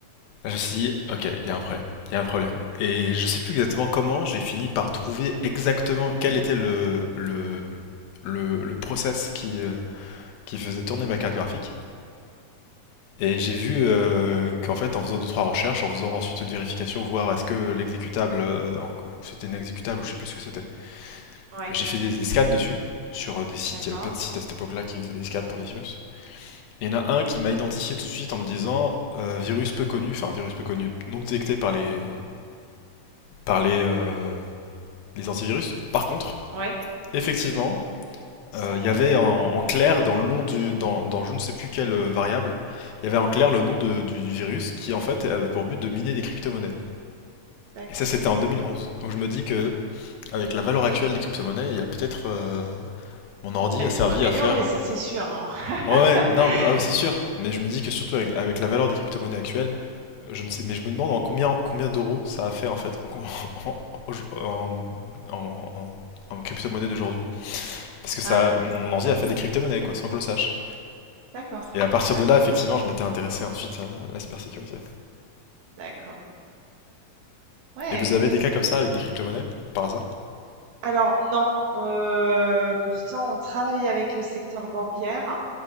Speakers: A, on the left; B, on the right.
A: Là, je me suis dit, ok, il y a un problème, il y a un problème. Et je sais plus exactement comment, j'ai fini par trouver exactement quel était le, le, le, le process qui, euh, qui faisait tourner ma carte graphique. Et j'ai vu euh, qu'en fait, en faisant deux trois recherches, en faisant ensuite une vérification, voir est-ce que l'exécutable, euh, en- ou c'était un exécutable ou je sais plus ce que c'était.
B: ouais.
A: J'ai fait des, des scans dessus sur euh, des sites,
B: D'accord.
A: il y avait plein de sites à cette époque-là qui faisaient des scans pour les virus. Et il y en a un qui m'a identifié tout de suite en me disant euh, virus peu connu, enfin virus peu connu, non détecté par les par les euh, les antivirus. Par contre,
B: Ouais,
A: effectivement, euh, il y avait en, en clair dans le nom du dans, dans je ne sais plus quelle euh, variable, il y avait en clair le nom de- du virus qui en fait avait pour but de miner des crypto-monnaies.
B: d'accord.
A: Et ça c'était en 2011. Donc je me dis que avec la valeur actuelle des crypto-monnaies, il y a peut-être euh, mon ordi
B: Ah,
A: a
B: ils
A: servi
B: ont amélioré,
A: à faire
B: ça c'est sûr, hein.
A: Ouais, ouais,
B: <laughs>
A: non, mais- ah oui, c'est sûr. Mais je me dis que surtout avec, avec la valeur des crypto-monnaies actuelles, je ne sais, mais je me demande en combien, combien d'euros ça a fait en fait en, com- <laughs> en, en, en- en- en crypto-monnaie d'aujourd'hui. Parce que ça,
B: Ah oui,
A: mon mon ordi a fait des crypto-monnaies quoi, sans que je le sache.
B: d'accord.
A: Et à partir
B: Ah
A: de là,
B: oui, oui,
A: effectivement, je m'étais intéressé ensuite à la cybersécurité.
B: d'accord. Ouais.
A: Et vous avez des cas comme ça avec des crypto-monnaies, par hasard?
B: Alors non, euh, pourtant on travaille avec le secteur bancaire,